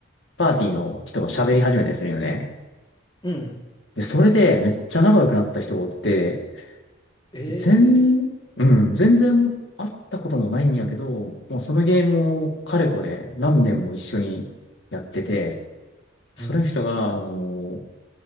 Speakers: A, on the left; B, on the left.
A: パーティーの人が喋り始めたりするよね。
B: うん。
A: で、それでめっちゃ仲良くなった人がおって、
B: ええ
A: 全、うん、全然会ったこともないんやけど、もうそのゲームをかれこれ何年も一緒にやってて、その人が、
B: うん。
A: あの、